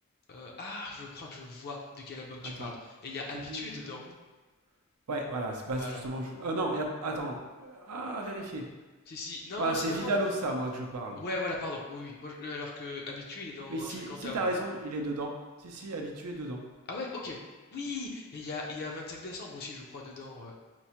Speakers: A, on the left; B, on the right.
A: euh, ah, je crois que je vois de quel album tu
B: Attends,
A: parles. Et il y a Habitué
B: 2020.
A: dedans.
B: Ouais, voilà. c'est- Bah,
A: Voilà.
B: c'est justement. je- Ah non, y a... attends. euh, Ah, à vérifier.
A: Si si, non
B: Voilà,
A: non,
B: c'est
A: c'est non
B: Vidalosa
A: non.
B: moi que je parle.
A: Ouais, voilà, pardon. Oui oui, moi je- alors que Habitué il est dans
B: Oui, si,
A: Infréquentable,
B: si t'as raison,
A: je crois.
B: il est dedans. Si, si, habitué dedans.
A: Ah ouais? OK. Oui! Et il y a il y a 25 décembre aussi, je crois, dedans, heu.